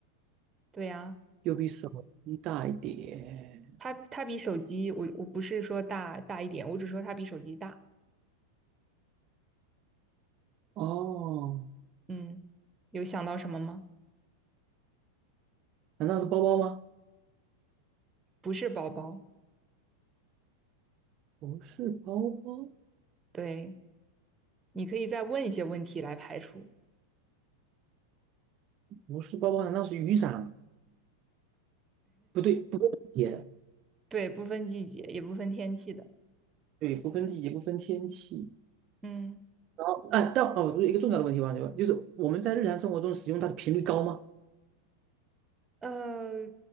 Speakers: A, on the right (about 15°); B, on the right (about 35°).
A: 对呀，
B: 又比手机大一点。
A: 它它比手机，我我不是说大大一点，我只说它比手机大。
B: 哦，
A: 嗯，有想到什么吗？
B: 难道是包包吗？
A: 不是包包。
B: 不是包包，
A: 对，你可以再问一些问题来排除。<laughs>
B: 不是包包，难道是雨伞？不对，不分季节，
A: 对，不分季节，也不分天气的。
B: 对，不分季节，不分天气。
A: 嗯。
B: 然后，哎，但哦，一个重要的问题忘记问，就是我们在日常生活中使用它的频率高吗？
A: 呃，